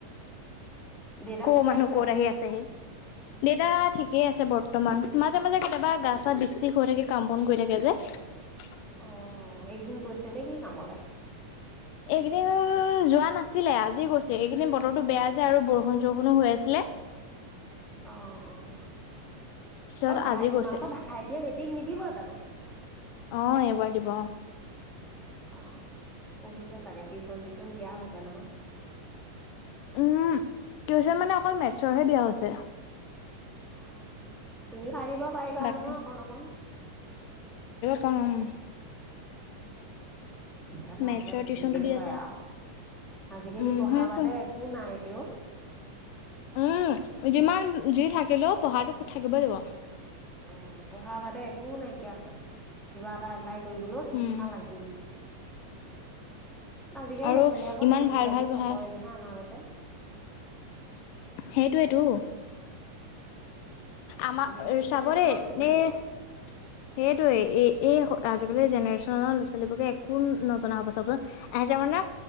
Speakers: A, in the centre; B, on the left.
A: অ দেউতা
B: ক'
A: ঠিকে
B: মানুহ
A: আছে
B: কত আহি আছেহি। দেউতা ঠিকেই আছে বৰ্ত বৰ্তমান। মাজে মাজে কেতিয়াবা গা চা বিষ চিপ হৈ থাকে কাম বন কৰি থাকে যে, <unintelligible>
A: অ এইকেইদিন গৈছে নে কি কামলে
B: এইকেইদিন যোৱা নাছিলে। আজি গৈছে। এইকেইদিন বতৰটো বেয়া যে আৰু বৰষুণ-চৰষুণো হৈ আছিলে।
A: অঁ অঁ।
B: পিছত
A: অ ভাই
B: আজি
A: তোমালোকৰ
B: গৈছে
A: ভাইটিয়ে মেট্ৰিক নিদিব জানো।
B: অ এইবাৰ দিব।
A: অ। পঢ়িছে চাগে, টিউচন-চিউচন দিয়া হৈছে নহয়।
B: উম টিউচন মানে অকল মেটছৰহে দিয়া হৈছে।
A: অ, অ তুম চাই দিব পাৰিবা
B: তাকে।
A: নহয় অকণ অকণ?
B: কম
A: অ। তাকে ভালকে
B: মেথছৰ
A: পঢ়িলেই
B: টিউচনটো দি
A: হয়
B: আছে।
A: আৰু। আজি-কালি
B: উম,
A: পঢ়া
B: হয়তো।
A: বাদে একো নাই। হ
B: উম যিমান যি থাকিলেও পঢ়াটো টো থাকিবই লাগিব।
A: অ, পঢ়া বাদে একো নাইকিয়া হৈছে। কিবা এটা এপ্লাই কৰিবলৈও শিক্ষা
B: উম,
A: লাগেই। আজিকালি
B: আৰু
A: ল' ছোৱালীয়ে আকৌ
B: ইমান
A: খেতি
B: ভাল
A: বাতি
B: ভাল পঢ়া
A: নকৰে নহয়। আমাৰ আগতে
B: সেইটোৱেইেতো। আমাৰ
A: আজিকালি ল'ৰা
B: চাব
A: ছোৱালীয়েনো
B: দে এ
A: ক'ত খেতি কৰিব
B: সেইটোৱে এ এই আজিকালি জেনেৰেচনৰ ল'ৰা-ছোৱালীবোৰে একো নজনা হ'ব চাবচোন। এহেতে মানে